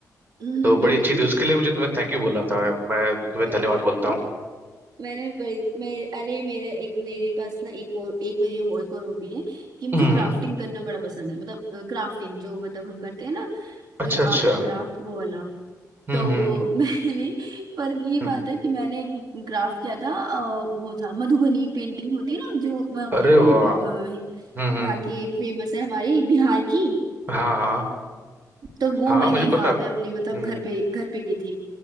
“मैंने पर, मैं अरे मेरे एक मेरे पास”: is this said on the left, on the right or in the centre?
Right